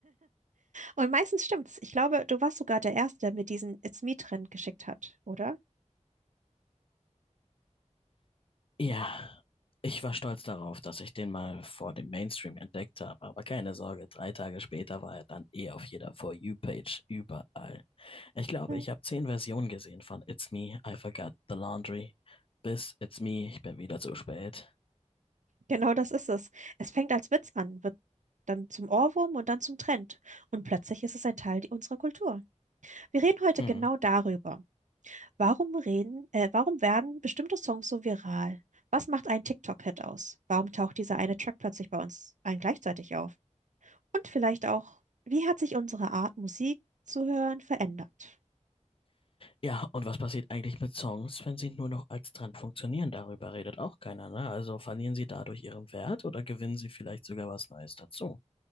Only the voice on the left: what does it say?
Ja, ich war stolz darauf, dass ich den mal vor dem Mainstream entdeckt habe, aber keine Sorge, drei Tage später war er dann eh auf jeder For You-Page überall. Ich glaube,
ich habe zehn Versionen gesehen von It's Me, I Forgot the Laundry bis It's Me, ich bin wieder zu spät.
Hm.
Ja, und was passiert eigentlich mit Songs, wenn sie nur noch als Trend funktionieren? Darüber redet auch keiner, ne? Also verlieren sie dadurch ihren Wert oder gewinnen sie vielleicht sogar was Neues dazu?